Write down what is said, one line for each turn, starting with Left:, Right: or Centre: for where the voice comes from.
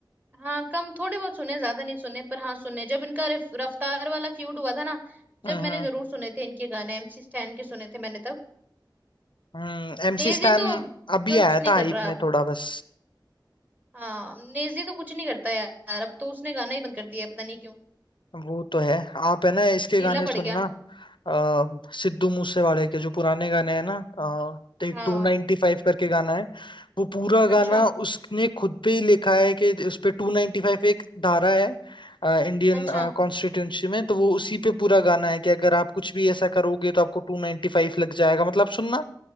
Right: हाँ कम थोड़े बहुत सुने ज्यादा नहीं सुने पर हाँ सुने जब इनका रफ, रफ्तार वाला फ्यूड हुआ था ना जब
Left: हम्म
Right: मैंने जरूर सुने थे इनके गाने एमसी स्टैन के सुने थे मैंने तब
Left: हम्म एमसी
Right: नेजी
Left: स्टैन
Right: तो
Left: अभी
Right: कुछ
Left: आया
Right: नहीं
Left: था हाइप
Right: कर रहा
Left: में
Right: अब
Left: थोड़ा बस
Right: हाँ नेजी तो कुछ नहीं करता यार अब तो उसने गाना ही बंद कर दिया है, पता नहीं क्यों
Left: वो तो है आप है ना इसके
Right: ढीला
Left: गाने सुनना
Right: पड़ गया
Left: आ, सिद्धू मूसेवाले के जो पुराने गाने हैं ना अ, एक
Right: हाँ
Left: टू नाइनटी फाइव करके गाना है वो पूरा गाना
Right: अच्छा
Left: उसने खुद पे ही लिखा है कि उस पे टू नाइनटी फाइव एक धारा है अ, इंडियन
Right: अच्छा
Left: कॉन्स्टिट्यूंसी में तो वो उसी पे पूरा गाना है कि अगर आप कुछ भी ऐसा करोगे तो आपको टू नाइनटी फाइव लग जाएगा मतलब सुनना